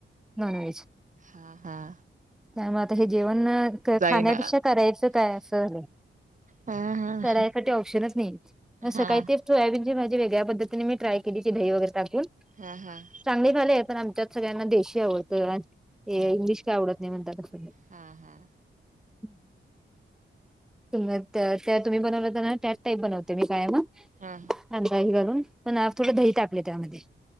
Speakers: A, in the centre; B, on the right.
A: नॉनव्हेज
B: हां हां.
A: त्यामुळे आता हे जेवण
B: जाईना
A: खाण्यापेक्षा करायचं काय असं.
B: हा हा
A: करायसाठी
B: हा
A: ऑप्शनच नाही मग सकाळी
B: हा
A: तेच सोयाबीन ते माझ्या वेगळ्या पद्धतीने मी ट्राय केली ते दही वगैरे टाकून.
B: हां हां.
A: चांगले भले आहे पण आमच्यात सगळ्यांना देशी आवडतं हे इंग्लिश काय आवडत नाही म्हणतात क सगळे.
B: हां हां.
A: <unintelligible> तुम त्या त्या तुम्ही बनवलं होता ना त्याच टाईप बनवते मी कायम.
B: हा
A: अंदाजे हे घालून पण थोडं दही टाकले त्यामध्ये.